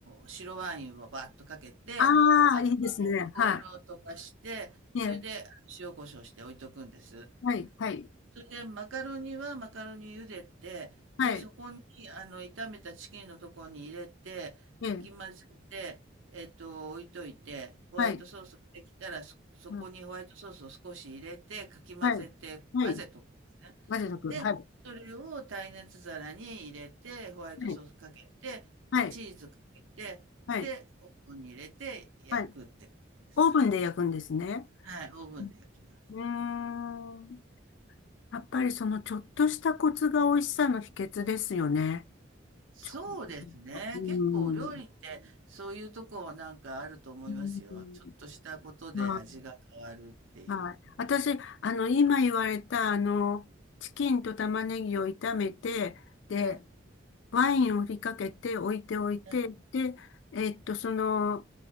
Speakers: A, on the right; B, on the left.
A: 白ワインをバーッとかけて、
B: ああ、
A: アル
B: いいですね。
A: コールを溶かして、
B: はい。
A: それで塩コショウして置いとくんです。
B: ええ。はい。はい。
A: それで、マカロニはマカロニ茹でて、
B: はい。
A: で、そこに、あの、炒めたチキンのところに入れて、
B: ええ。
A: かき混ぜて、えっと、置いといて、ホワイトソースができたら、
B: はい。
A: そ、そこにホワイトソースを少し入れて、
B: うん
A: かき混ぜて、
B: はい。はい。
A: 混ぜとくんですね。
B: 混ぜとく。はい。
A: で、それを耐熱皿に入れて、ホワイトソースかけて、
B: はい。はい。
A: で、チーズかけて、
B: はい。
A: で、オーブンに入れて焼くって感じです。
B: はい。オーブンで焼くんですね。
A: はい、オーブンで焼きます。
B: うん。うーんやっぱりそのちょっとしたコツが美味しさの秘訣ですよね。
A: そうですね。
B: チョコ、うーん。
A: 結構お料理ってそういうとこなんかあると思いますよ。
B: うーん。
A: ちょっとしたことで味が変わるっていう。
B: まあはい。私、あの、今言われた、あの、チキンと玉ねぎを炒めて、で、
A: ええ、
B: ワインを振りかけて置いておいて、
A: え
B: で、えっと、その、